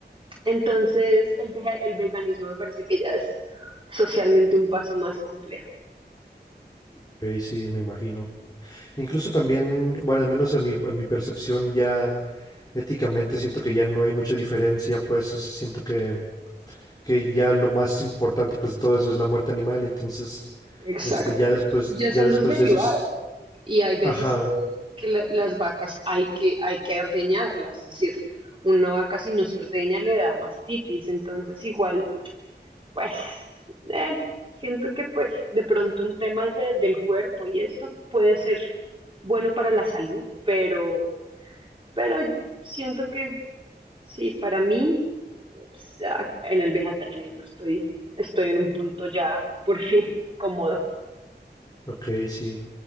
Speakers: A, on the right (about 30°); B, on the left (about 20°).
A: Entonces el, veja- el veganismo me parece que ya es socialmente un paso más complejo.
B: Ok, sí, me imagino. Incluso también, bueno, al menos en mi, en mi percepción ya éticamente siento que ya no hay mucha diferencia, pues o sea, siento que, que ya lo más importante pues de todo eso es la muerte animal, entonces,
A: Exacto.
B: este, ya después,
A: Sí, ya
B: ya
A: son
B: después
A: los derivados.
B: de eso, s-
A: Y hay veces
B: ajá,
A: que, que la- las vacas hay que, hay que ordeñarlas, es decir, una vaca si no se ordeña le da mastitis, entonces igual Pues, eh, siento que pues de pronto en temas de- del cuerpo y esto puede ser bueno para la salud, pero, pero siento que sí, para mí s- a- en el vegetarianismo estoy, estoy en un punto ya por fin cómodo.
B: ok, sí.